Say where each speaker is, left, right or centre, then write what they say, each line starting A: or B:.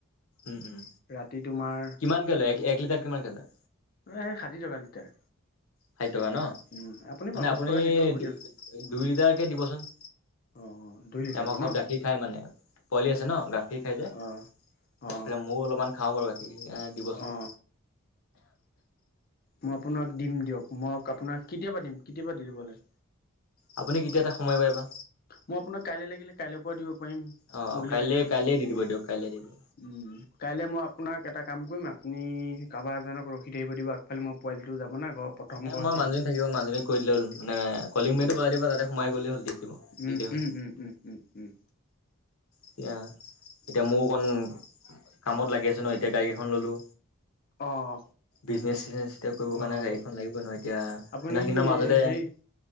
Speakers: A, on the left; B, on the left.
A: উম উম,
B: ৰাতি তোমাৰ
A: কিমানকৈ লৈ এক-এক লিটাৰ কিমানকৈ লৈ?
B: এই ষাঠি টকা লিটাৰ।
A: ষাঠি টকা ন'
B: উম
A: মানে
B: পঞ্চাশ
A: আপুনি
B: টকা দিলেও হ'ব
A: দু-দুই
B: দিয়ক
A: লিটাৰকৈ দিবচোন।
B: অ অ দুই লিটাৰকৈ
A: এ আমাৰ ঘৰত
B: ন
A: গাখীৰ খাই মানে পোৱালি আছে ন গাখীৰ খাই যে।
B: অ অ
A: ইফালে মইয়ো অলপমান খাওঁ বাৰু গাখীৰ দিবচোন।
B: অ মই আপোনাক দিম দিয়ক মই আপোনাক কেতিয়াবা দিম কেতিয়াবা দি দিব লাগে?
A: আপুনি কেতিয়া এটা সময় পাই বা
B: মই আপোনাক কাইলে লাগিলে কাইলৈৰ পৰা দিব পাৰিম।
A: অ'
B: পৰহিলৈ
A: কাইলে
B: লাগিলে
A: কাইলে দি দিব দিয়ক কাইলে দি দিব।
B: উম কাইলৈ মই আপোনাক এটা কাম কৰিম আপুনি কাৰোবাৰ এজনক ৰখি থাকিব দিবা আগ ফালে ম পোৱালটো যাব না ঘৰ প্ৰথম
A: এ
B: ঘৰ
A: মই
B: চিন
A: মানুহজনী থাকিব মানুহজনী কৰি দিলে হ'ল মান কলিংবেলটো
B: উম
A: বজাই দিব তাতে সোমাই গ'লে হল দি দিব।
B: উম
A: দিলেই হ'ল
B: উম। উম উম উম। হম।
A: এতিয়া এতিয়া মোৰ অকণ কামত লাগি আছোঁ ন এতিয়া গাড়ী কেইখন ল'লোঁ।
B: অঁ
A: বিজনেছ চিজনেচ এতিয়া কৰিব
B: অঁ
A: কাৰণে গাড়ীখন লাগিবই ন এতিয়া
B: আপুনি
A: সেইনাখিনৰ মাজতে
B: হেৰি